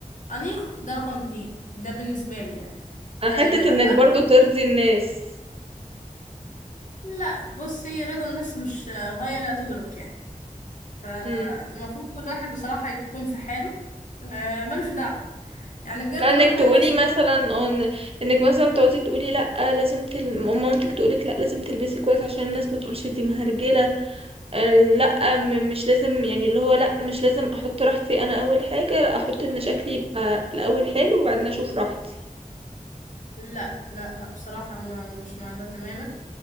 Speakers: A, on the left (about 65°); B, on the right (about 45°).
A: أنيق ده رقم اتنين ده بالنسبة لي يعني
B: آه،
A: أه،
B: حتة انك
A: أنا
B: برضو ترضي الناس
A: لا بصي رضا الناس مش غاية لا تدرك يعني فالمفروض
B: امم
A: كل واحد بصراحة يكون في حاله أه، ملوش دعوة يعني بجد
B: لانك
A: مهما
B: تقولي
A: الناس
B: مثلا أو إن- انك مثلا تقعدي تقولي لا لازم تل... أم- مامتك تقولك لا لازم تلبسي كويس عشان الناس ما تقولش دي مهرجله آه، لا م- مش لازم يعني اللي هو لا مش لازم احط راحتي انا اول حاجه لا احط ان شكلي يبقى الاول حلو وبعدين اشوف راحتي
A: لا لا بصراحة أنا مش مع ده تماما